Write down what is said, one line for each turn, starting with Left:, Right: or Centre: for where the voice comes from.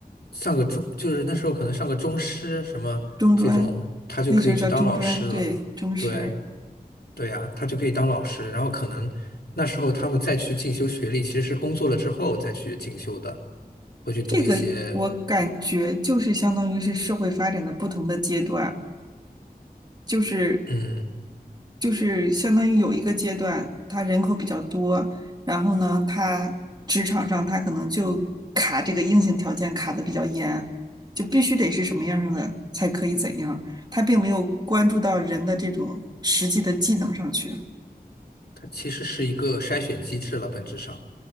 Left: 上个中，就是那时候可能上个中师什么这种，
Right: 中专，
Left: 他就可以去当老师了。
Right: 那时候叫中专，对，中师。
Left: 对，对呀，他就可以当老师。然后可能那时候他们再去进修学历，其实是工作了之后再去进修的，会去读一些，
Right: 这个我感觉就是相当于是社会发展的不同的阶段，就是
Left: 嗯，
Right: 就是相当于有一个阶段，他人口比较多，然后呢，他职场上他可能就卡这个硬性条件卡的比较严，就必须得是什么样的才可以怎样，他并没有关注到人的这种实际的技能上去。
Left: 它其实是一个筛选机制了，本质上。